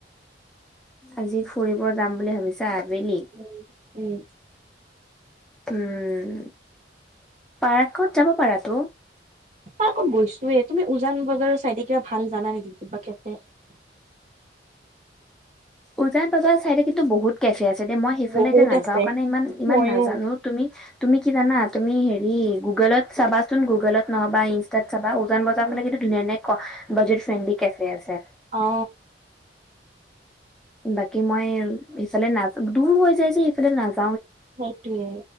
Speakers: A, in the centre; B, on the right.
A: আজি ফুৰিব যাম বুলি ভাবিছা? আবেলি
B: উম উম
A: উম! পাৰ্কত যাব পাৰাতো <unintelligible>
B: পাৰ্কত গৈছোয়ে। তুমি উজান বজাৰৰ চাইডে কিবা ভাল জানা নেকি কিবা কেফে? <unintelligible>
A: <inaudible> উজান বজাৰ চাইডে কিন্তু বহুত কেফে আছে দে মই সেইফালে
B: বহুত
A: এতিয়া নযাওঁ
B: আছে
A: কাৰণে ইমান, ইমান
B: ময়ো
A: নাজানো তুমি <unintelligible> তুমি কি জানা তুমি হেৰি গুগলত চাবা চোন গুগলত নহ'বা ইনষ্টাত চাবা <unintelligible> উজান বজাৰ
B: উম
A: ফালে কিন্তু ধুনীয়া ধনীয়া ক বাজেট ফ্ৰণ্ডলি কেফে আছে।
B: অ
A: বাকী মই সফালে না দূৰ হৈ যায় যে সেইফালে নাজান <unintelligible>
B: সেইটোৱে